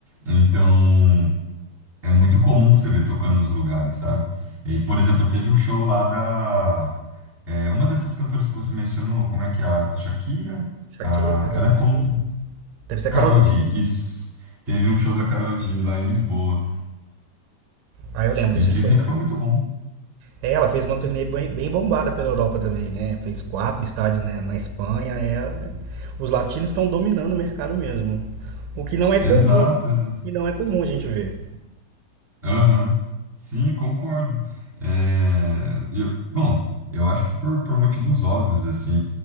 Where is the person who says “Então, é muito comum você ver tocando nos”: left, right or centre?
Centre